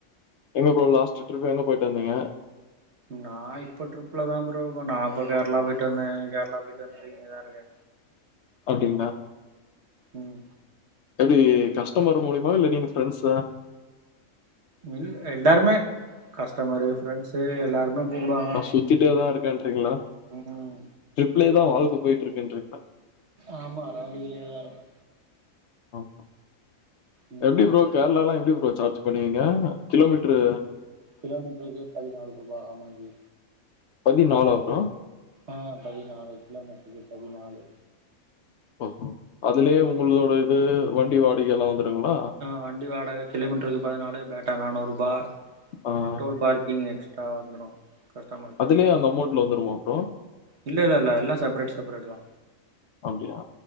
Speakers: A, on the left; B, on the right.
A: எங்க ப்ரோ ஒரு லாஸ்ட் ட்ரிப் எங்க போய்ட்டு வந்தீங்க
B: நா இப்போ ட்ரிப்ல தா ப்ரோ இருகோ நா இப்ப கேரளா போய்ட்டு வந்தேன் கேரளா போய்ட்டு வந்துட்டு இங்கே தாருக்கே
A: அப்டிங்ளா
B: ம்
A: எப்டி கஸ்டமர் மூலமா இல்ல நீங்க ஃப்ரெண்ஸா
B: இல்ல எல்லாருமே கஸ்டமரு ஃப்ரெண்ஸ்சு எல்லாருமே கூப்டுவாங்க
A: நா சுத்திட்டே தாருக்கேன்றிங்ளா
B: ம்
A: ட்ரிப்ல தா வாழ்க்க போய்ட்டுருக்குன்றீங்ளா
B: ஆமா ரவுன்டிங்ல ஏ தாருந்தே
A: ஆ
B: ம்
A: எப்டி ப்ரோ கேரளல்லா எப்டி ப்ரோ சார்ஜ் பண்ணுவீங்க கிலோ மீட்டரு
B: கிலோ மீட்டருக்கு பதினாலு ரூபா ஆமாங்ஜீ
A: பதினாலா ப்ரோ
B: ஆ பதினாலு கிலோமீட்டருக்கு பதினாலு
A: ஓ ஹோ அதுலயே உங்களோட இது வண்டி வாடகை எல்லா வந்துருங்ளா
B: வண்டி வாடக கிலோமீட்டருக்கு பதினாலு பேட்டா நானூறு ரூபா
A: ம்
B: டோல் பார்கிங் எக்ஸ்ட்ரா வந்துரு கஸ்டமர்
A: பே அந்த அமௌண்ட் வந்துருமா ப்ரோ
B: இல்லல்ல இல்ல எல்லா செப்ரேட் செப்ரேட் தா
A: அப்டியா